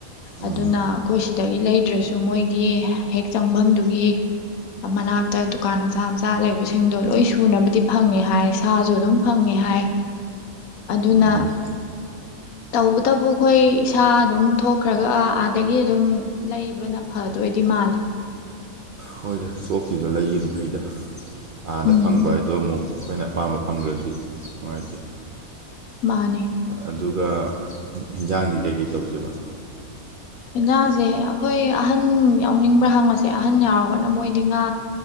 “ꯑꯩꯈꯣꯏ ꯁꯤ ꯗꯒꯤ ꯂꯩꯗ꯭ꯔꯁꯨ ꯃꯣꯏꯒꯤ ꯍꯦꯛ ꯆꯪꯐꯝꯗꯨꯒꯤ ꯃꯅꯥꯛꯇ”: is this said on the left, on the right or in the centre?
Left